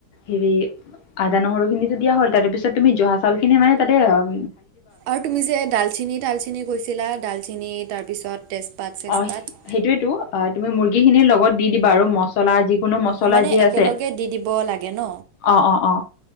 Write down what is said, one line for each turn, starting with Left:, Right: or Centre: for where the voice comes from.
Left: হেৰি আদা নহৰুখিনিতো দিয়া হ'ল তাৰে পিছত তুমি জহা চাউলখিনি মানে তাতে অম
Right: আৰু তুমি যে ডালচিনি তালচেনি কৈছিলা ডালচেনি তাৰপিছত তেজপাত চেজপাত।
Left: অঁ সেইটোৱেতো আ তুমি মুৰ্গীখিনি লগত দি দিবা আৰু মষ্ট জলা যিকোনো মচলা
Right: অ মানে
Left: যি
Right: একেলগে
Left: আছে,
Right: দি দিব লাগে ন
Left: অ অ অ।